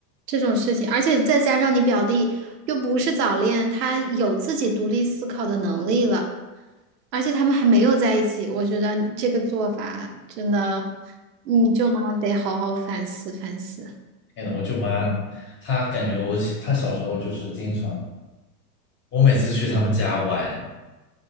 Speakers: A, on the right; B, on the left.
A: 这种事情，而且再加上你表弟又不是早恋，他有自己独立思考的能力了，而且他们还没有在一起，我觉得这个做法真的，你舅妈得好好反思反思。
B: 天呐，我舅妈她感觉我，她小时候就是经常，我每次去他们家玩，